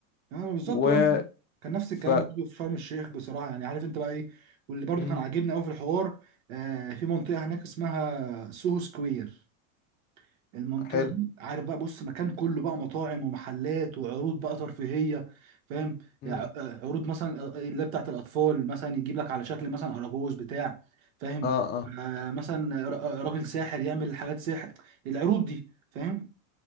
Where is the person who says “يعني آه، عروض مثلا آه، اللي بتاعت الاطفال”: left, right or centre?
Right